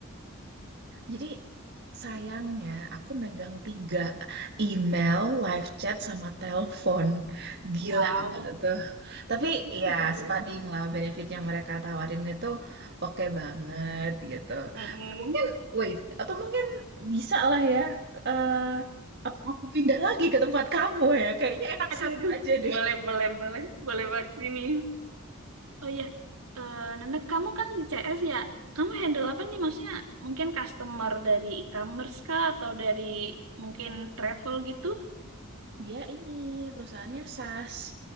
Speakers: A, on the right; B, on the right.
A: Jadi sayangnya aku megang tiga email, live chat, sama telepon. Gila
B: Wow.
A: nggak tuh? Tapi ya
B: Gila.
A: sepadin lah benefit yang mereka tawarin itu oke banget gitu.
B: Mm-mm.
A: Mungkin wait atau mungkin bisa lah ya. eh, apa aku pindah lagi ke tempat kamu ya? Kayaknya enak
B: Aduh,
A: satu
B: aduh.
A: aja deh.
B: Boleh, boleh, boleh. Boleh buat sini. Oh ya, eh Nanda, kamu kan di CS ya. Kamu handle apa nih? Maksudnya mungkin customer dari e-commerce kah atau dari mungkin travel gitu?
A: Dia ini perusahaannya SaaS